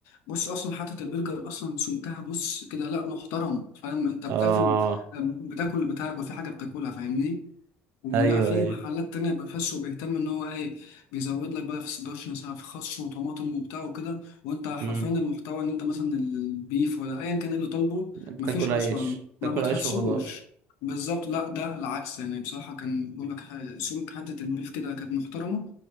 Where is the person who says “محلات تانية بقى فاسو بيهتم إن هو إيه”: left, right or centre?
Left